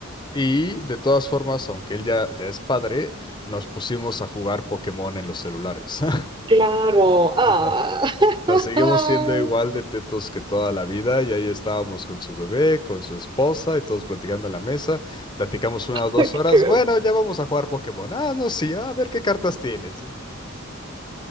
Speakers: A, on the left; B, on the right.
A: Y de todas formas, aunque él ya, ya es padre, nos pusimos a jugar Pokémon en los celulares. <laughs>
B: Claro. Ah.
A: O sea, o
B: <laughs>
A: sea, seguimos siendo igual de tetos que toda la vida y ahí estábamos con su bebé, con su esposa y todos platicando en la mesa. Platicamos una o dos
B: Qué
A: horas. Bueno, ya vamos a jugar Pokémon. Ah, no, sí, a ver qué cartas tienes.